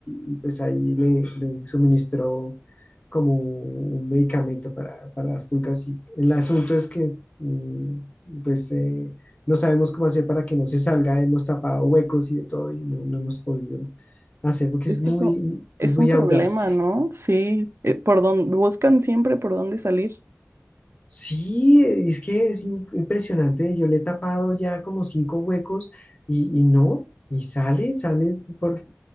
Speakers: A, on the left (about 30°); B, on the right (about 55°).
A: y, pues ahí le, le suministró como un medicamento para, para las pulgas y el asunto es que mm, pues eh, no sabemos cómo hacer para que no se salga, hemos tapado huecos y de todo y no, no hemos podido hacer porque
B: Es
A: es muy,
B: que eso es
A: es muy
B: un problema,
A: audaz.
B: ¿no? Sí. eh, por dónde, buscan siempre por dónde salir.
A: Sí, es que es im- impresionante. Yo le he tapado ya como cinco huecos y, y no, y sale, sale, por,